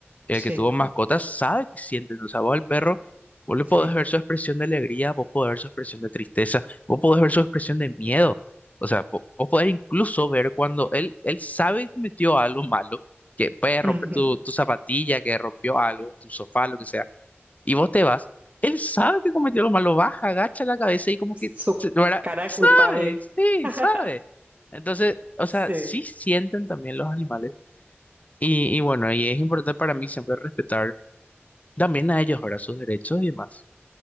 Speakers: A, on the left (about 35°); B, on the right (about 30°).
A: el
B: sí,
A: que tuvo
B: toma,
A: mascotas sabe que sienten, o sea, vos al perro, vos le
B: sí.
A: podés ver su expresión de alegría, vos podés ver su expresión de tristeza, vos podés ver su expresión de miedo, o sea, vo- vos, podés incluso ver cuando él, él sabe que metió algo malo, que puede romper
B: <laughs>
A: tu, tu zapatilla, que rompió algo, tu sofá, lo que sea, y vos te vas, él sabe que cometió lo malo, baja, agacha la cabeza y como
B: Su
A: que, se- ¿verdad?
B: cara de
A: Sabe,
B: culpable.
A: sí,
B: <laughs>
A: sabe. Entonces, o
B: Sí.
A: sea, sí sienten también los animales. Y, y bueno, y es importante para mí siempre respetar también a ellos, ¿verdad? Sus derechos y demás.